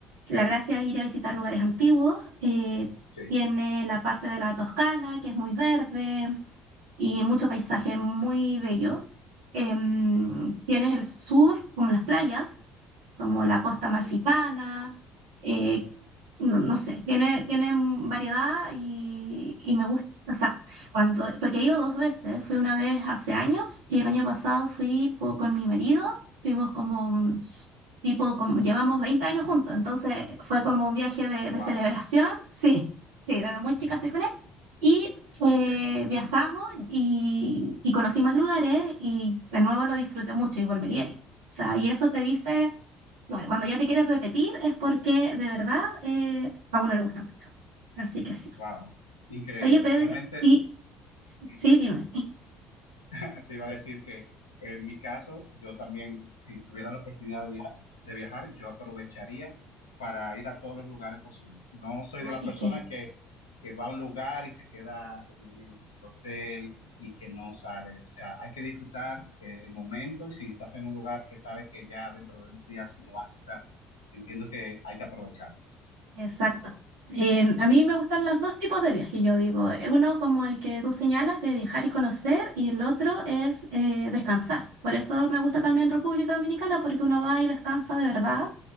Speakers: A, on the right; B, on the left.
A: la gracia es ir a visitar lugares antiguos, eh,
B: sí,
A: tiene la parte de la Toscana, que es muy verde y mucho paisaje muy bello. Em, tienes el sur, como las playas, como la costa amalfitana.
B: sí.
A: eh, no, no sé, tiene, tiene variedad y, y me gusta. O sea, cuando, porque he ido dos veces, fui una vez hace años y el año pasado fui po- con mi marido, fuimos como, mm, tipo, como, llevamos 20 años juntos, entonces fue como un viaje de, de
B: Wow.
A: celebración, <laughs> sí, sí, desde muy chica estoy con él, y eh,
B: Okay.
A: viajamos y, y conocí más lugares y de nuevo lo disfruté mucho y volvería a ir. O sea, y eso te dice Claro, cuando ya te quieres repetir es porque de verdad eh, a uno le gusta mucho. Así que sí.
B: Wow. Increíble.
A: Oye, Pedro,
B: Realmente
A: y
B: sí,
A: sí, dime.
B: <laughs> te iba a decir que en mi caso, yo también, si tuviera la oportunidad de viajar, de viajar, yo aprovecharía para ir a todos los lugares posibles. No soy
A: Ay,
B: de la persona
A: es que,
B: que, que va a un lugar y se queda en el hotel y que no sale. O sea, hay que disfrutar eh, el momento y si estás en un lugar que sabes que ya dentro de unos días no vas a estar, entiendo que hay que aprovechar.
A: exacto. Eh, a mí me gustan los dos tipos de viajes, yo digo. eh, Uno como el que tú señalas de viajar y conocer, y el otro es eh, descansar. Por eso me gusta también República Dominicana, porque uno va y descansa de verdad